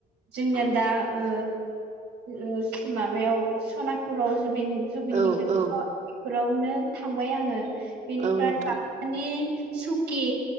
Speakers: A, on the right; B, on the right.
A: जोंनिया दा ओ ओ माबायाव सनापुराव जुबिन जुबननि
B: औ
A: खेथ्र
B: औ
A: बेफोरावनो थांबाय आङो बेनिफ्राय
B: औ नोंथां
A: मानि सुकि,